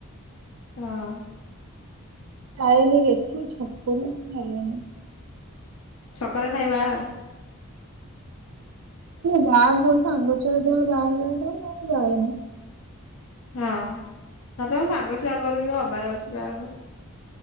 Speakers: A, on the left (about 75°); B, on the right (about 75°).
A: ହଁ।
B: ଆଏନି ଏଠି ଛକରୁ ଯାଏନି।
A: ଛକରେ ନାଇ ବାହାଘର।
B: ଗାଁକୁ ସାଙ୍ଗ ଛୁଆର <unintelligible> ଯାଏନି।
A: ହଁ ହଁ ତମ ସାଙ୍ଗ ଛୁଆଙ୍କର ବି ହବାର ଅଛି ବାହାଘର।